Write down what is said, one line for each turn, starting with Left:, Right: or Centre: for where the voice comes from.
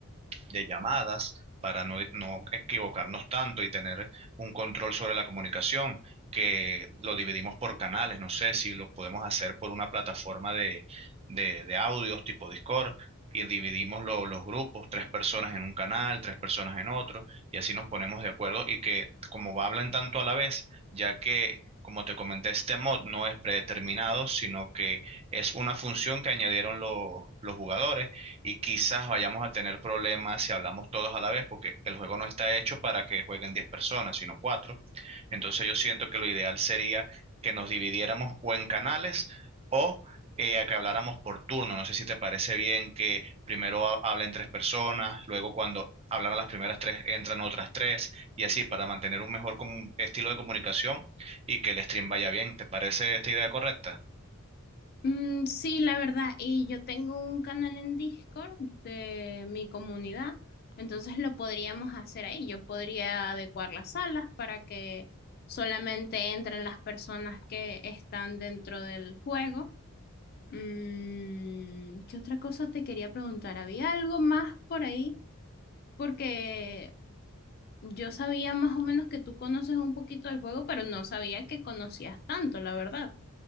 Right: de llamadas para no, no equivocarnos tanto y tener un control sobre la comunicación, que lo dividimos por canales, no sé si lo podemos hacer por una plataforma de, de, de audios tipo Discord y dividimos lo- los grupos, tres personas en un canal, tres personas en otro, y así nos ponemos de acuerdo y que como hablan tanto a la vez, ya que, como te comenté, este mod no es predeterminado, sino que es una función que añadieron lo- los jugadores y quizás vayamos a tener problemas si hablamos todos a la vez, porque el juego no está hecho para que jueguen 10 personas, sino cuatro Entonces yo siento que lo ideal sería que nos dividiéramos o en canales o eh, a que habláramos por turno. No sé si te parece bien que primero ha- hablen tres personas, luego cuando hablan a las primeras tres entran otras tres y así para mantener un mejor comu- estilo de comunicación y que el stream vaya bien. ¿Te parece esta idea correcta?
Left: Mm, sí, la verdad, y yo tengo un canal en Discord de mi comunidad, entonces lo podríamos hacer ahí. Yo podría adecuar las salas para que solamente entren las personas que están dentro del juego. Mm, ¿qué otra cosa te quería preguntar? ¿Había algo más por ahí? Porque yo sabía más o menos que tú conoces un poquito del juego, pero no sabía que conocías tanto, la verdad.